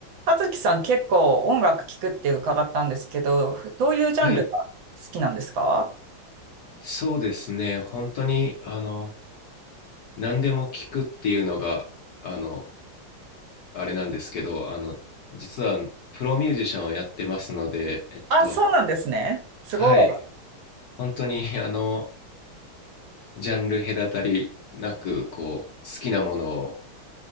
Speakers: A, on the right (about 75°); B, on the left (about 65°).
A: 葉月さん結構音楽聴くって伺ったんですけど、どういうジャンルが好きなんですか
B: はい、そうですね。本当に、あの、何でも聞くっていうのが、あの、あれなんですけど、あの、実はプロミュージシャンをやってますので、えっと、
A: あ、そうなんですね。すごい。
B: はい、本当に、あの、ジャンル隔たりなく、こう、好きなものを、